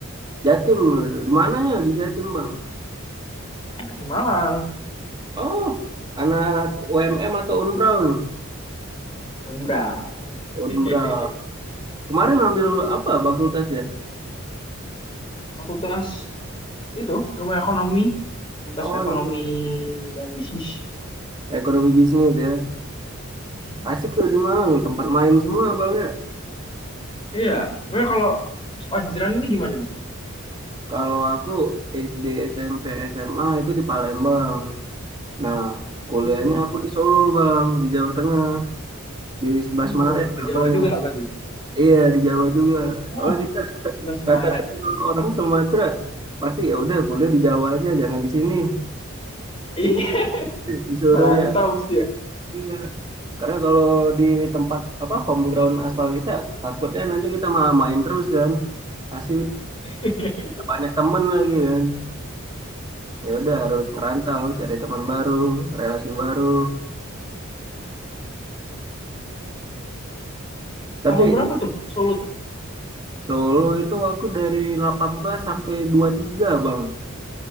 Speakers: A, on the right (about 20°); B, on the left (about 25°).
A: Jatim di mananya di Jatim Bang
B: Ke Malang.
A: oh anak UMM atau Unbrau nih
B: Unbrau.
A: Unbrau
B: <laughs>
A: kemarin ambil apa fakultasnya
B: Fakultas itu ilmu ekonomi. Fakultas
A: oh
B: ekonomi
A: yang
B: dan bisnis.
A: ekonomi bisnis ya
B: Hmm.
A: Asik tuh di Malang, tempat main semua bang ya.
B: Iya. Sebenarnya kalau Pak ini gimana nih?
A: Kalau aku SD, SMP, SMA itu di Palembang. Nah, kuliahnya
B: Hmm.
A: aku di Solo bang, di Jawa Tengah, di 11
B: Oh,
A: Maret
B: ke
A: namanya.
B: Jawa juga berarti.
A: Iya di Jawa juga.
B: Oh,
A: Kalau kita
B: 11 Maret.
A: rata-rata kalau orang Sumatera, pasti ya udah kuliah di Jawa aja, jangan di sini.
B: Iya,
A: <laughs> Disuruh
B: merantau
A: ya.
B: mesti ya.
A: Iya. Karena kalau di tempat apa home ground asal kita, takutnya nanti kita malah main terus kan. Asik,
B: <laughs>
A: banyak temen lagi kan. ya udah harus merantau cari teman baru relasi baru tapi
B: Tahun berapa tuh ke Solo tuh?
A: Solo itu aku dari 18 sampai 23 bang